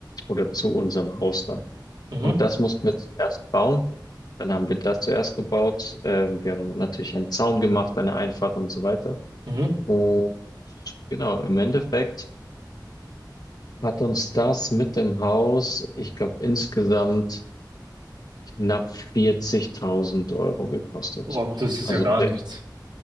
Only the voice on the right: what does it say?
Mhm.
Mhm.
Oh, das ist
ja gar
nichts.